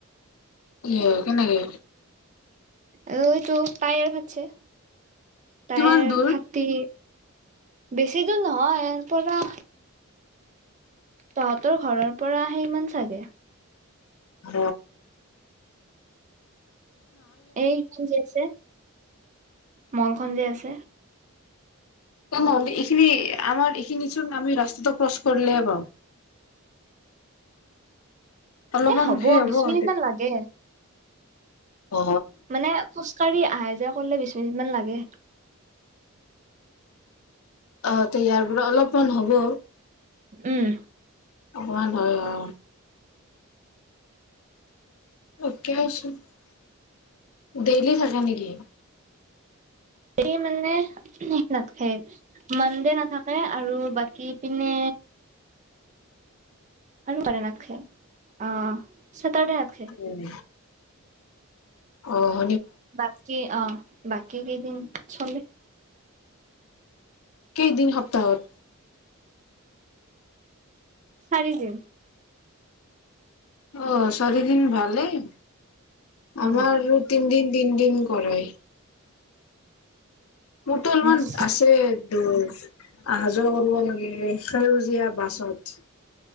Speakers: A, on the left; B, on the right.
A: আহ কেনেকে
B: ঐতটো পায় আৰু খছে টাইৰ
A: কিমান দূৰ
B: ফাটি বেছি দূৰ নহয় ইয়াৰ পৰা তহঁতৰ ঘৰৰ পৰা আহে ইমান চাগে
A: হ
B: এই কি যেছে? মলখন যে আছে।
A: <unintelligible> ক এইখিনি আমাৰ এইখিনি ছোন আমি ৰাস্তাটো ক্ৰচ কৰিলে পাওঁ। অলপমান
B: এ
A: হেই
B: বিশ
A: হ'ব <unintelligible>
B: মিনিট মান লাগে
A: অ
B: মানে খোজকাঢ়ি আহে। <unintelligible> কৰিলে বিশ মিনিট মান লাগে।
A: আহ তে ইয়াৰ পৰা অলপ। মান হ'ব।
B: উম।
A: অকমান হয় অ। <unintelligible> ডেইলি থাকে নেকি?
B: এই মানে ন খে মন নাথাকে আৰু বাকী পিনে আৰু কৰে ন আ অ। চেটাৰডে নাথাকে
A: উম। অহ।
B: বাকী অ বাকী কেইদিন চলে
A: কেইদিন সপ্তাহত
B: চাৰি দিন।
A: অ চাৰদিন ভালেই
B: অ
A: আমাৰ তিনিদিন দিন দিন কৰে। মোৰতো অলপমান
B: মাছ
A: আছে দ অহা যোৱা কৰিব লাগে সেউজীয়া বাছত।